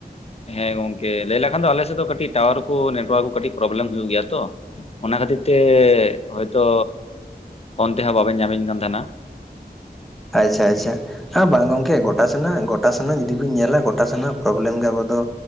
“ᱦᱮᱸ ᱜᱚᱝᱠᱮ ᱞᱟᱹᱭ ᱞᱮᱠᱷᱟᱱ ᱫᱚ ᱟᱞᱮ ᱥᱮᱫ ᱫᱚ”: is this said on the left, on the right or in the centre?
Left